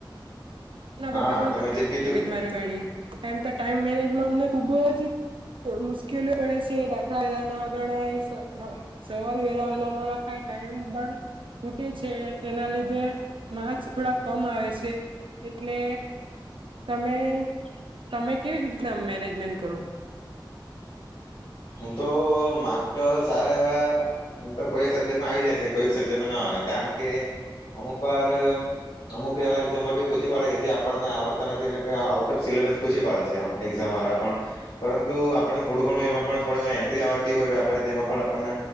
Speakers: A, on the right (about 80°); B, on the left (about 75°).
A: ના પેપર
B: હા તમે જે કીધું
A: મગજમારી બડી <unintelligible> એમ તો ટાઈમ મેનેજમાં અમને ખુબ જ મુશ્કેલીઓ પડે છે દાખલા વેલા ના ગણાય સવાલ વેલા વેલા ના લખાય ટાઈમ પણ, ખૂટે છે તેના લીધે, માર્કસ થોડાક કમ આવે છે. એટલે તમે તમે કેવી રીતના મેનેજમેન્ટ કરો?
B: હમ તો માર્ક તો સારા એવા આમ તો કોઈક સબ્જેક્ટમાં આવી જાય છે કોઈક સબ્જેક્ટમાં ના આવે કારણ કે, અમુક વાર અમુક એવા એક્ઝામ્પલ પૂછી પાડે કે જે આપણને આવડતા નથી એટલે કે આઉટ ઓફ સિલેબસ પૂછી પાડે છે એક્ઝામ વાળા પણ, પરંતુ આપણને થોડું ઘણું એમાં પણ થોડા ઘણા એન્ટ્રી આવતી હોય તો, આપણને તેમાં પણ આપણને,